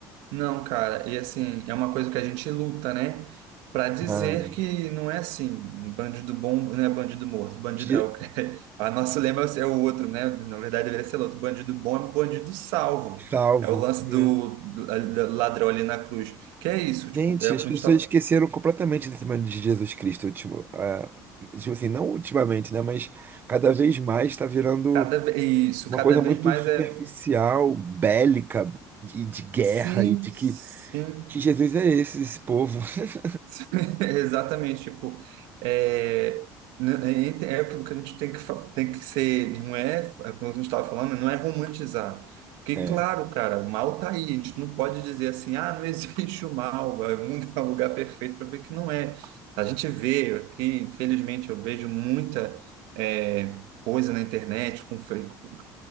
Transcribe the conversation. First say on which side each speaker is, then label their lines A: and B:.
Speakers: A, on the right; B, on the right.
A: Não, cara, e assim, é uma coisa que a gente luta, né? Pra dizer
B: Cara,
A: que não é assim, bandido bom não é bandido morto, bandido
B: de-
A: é o que <laughs> a nosso lema é o é o outro, né? Na verdade deveria ser outro, bandido bom é bandido salvo.
B: salvo.
A: É o lance
B: né.
A: do, do- a- da- ladrão ali na cruz. Que é isso, tipo,
B: Gente,
A: é o
B: as
A: que a
B: pessoas
A: gente tá
B: esqueceram completamente da semana de Jesus Cristo, ultimo, ah, tipo assim, não ultimamente, né? Mas cada vez mais está virando
A: cada vez isso,
B: uma
A: cada
B: coisa muito
A: vez mais
B: superficial,
A: é
B: bélica, de, de guerra
A: sim,
B: e de
A: sim.
B: que, que Jesus é esse, esse povo. <laughs>
A: <laughs> Exatamente, tipo, é, n- é, ent- é aquilo que a gente tem que, fa- tem que ser, não é, é como a gente estava falando, não é romantizar. Porque,
B: É.
A: claro, cara, o mal tá aí, a gente não pode dizer assim, ah, não <laughs> existe o mal, vai, o mundo é um lugar perfeito para ver que não é. A gente vê aqui, infelizmente, eu vejo muita é, coisa na internet, com, fe- com-